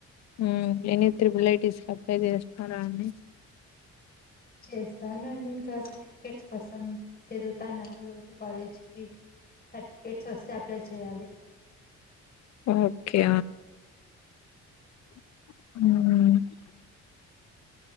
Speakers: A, on the left; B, on the left.
A: హు ఎని త్రిపుల్ ఐటీస్కి అప్లై చేస్నారా అండి
B: చేస్తానండి ఇంకా సర్టిఫికేట్స్ కోసం తిరుగుతున్నాము రోజు కాలేజ్కి సర్టిఫికెట్స్ వస్తే అప్లై చేయాలి
A: ఓకే ఉ